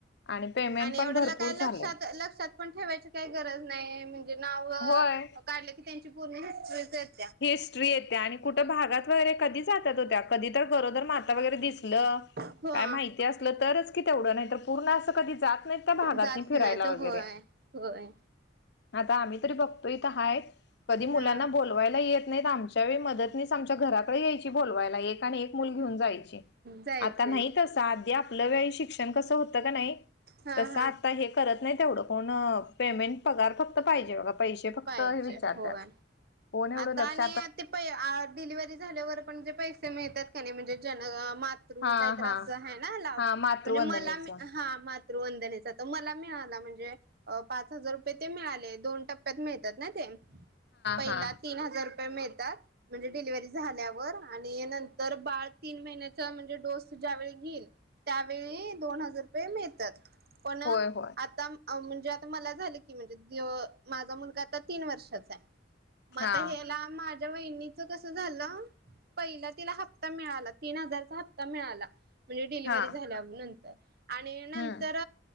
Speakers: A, on the left (about 60°); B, on the right (about 55°).
A: आणि पेमेंट
B: आणि
A: पण
B: एवढ
A: भरपूर
B: ल काय लक्षात
A: झालंय
B: लक्षात. पण ठेवायची काही गरज नाही, म्हणजे नाव
A: होय
B: काढली की त्यांची पूर्ण हिस्ट्रीच येते.
A: हिस्ट्री येते आणि कुठं भागात वगैरे कधी जातात त्या कधी तर गरोदर माता वगैरे दिसलं.
B: हो आ..
A: ते असलं तरच कि तेवढं नाही, तर पूर्ण असं कधी जात नाही. त्या भागातनी
B: जात
A: फिरायला
B: नाही तर
A: वगैरे,
B: होय होय
A: आता आम्ही तरी बघतो, इथ हाय कधी मुलांना
B: हा
A: बोल बोलवायला येत नाही आमच्या वेळी मदतनीस आमच्या घराकडे यायची, बोलवायला एक आणि एक मुल घेऊन जायची.
B: जायचे
A: आता नाही तसं, आधी आपलं वेळी शिक्षण कसं होतं कणी
B: हा
A: तसं
B: हा
A: आता हे. करत नाही तेवढं कोण पेमेंट पगार फक्त पाहिजे बघा पैसे फक्त
B: पाहिजे
A: हे विचारतात.
B: होय
A: कोण एवढं
B: आता आणि
A: लक्ष
B: ते, ते डिलिव्हरी झाल्यावर पण जे, पैसे मिळतात कणी नाही म्हणजे जे जन्मात. मातृ
A: हा
B: काय तरी
A: हा
B: असं, हाय ना लाभ
A: हा मातृवंदनेच
B: म्हणजे मला हा मातृ. वंदनेचा तर मला मिळाला म्हणजे, अ पाच हजार रुपये ते मिळाले, दोन टप्प्यात मिळत्यात ना ते पहिल्यात.
A: हा
B: तीन हजार रुपये मिळतात. म्हणजे डिलिव्हरी झाल्यावर, आणि नंतर बाळ तीन महिन्याचा म्हणजे डोस ज्यावेेळी घेईल. त्यावेळी दोन हजार रुपये मिळत्यात. पण
A: होय होय
B: आता आओ म्हणजे आता मला झालं की म्हणजे माझा मुलगा आता तीन वर्षाचा आहे. मग
A: हा
B: आता हेला माझ्या वहिणीच कस झालं. पहिला तिला हप्ता मिळाला, तीन हजारचा हप्ता मिळाला. म्हणजे डिलिव्हरी
A: हा
B: झाल्या नंतर आणि नंतर.
A: हम्म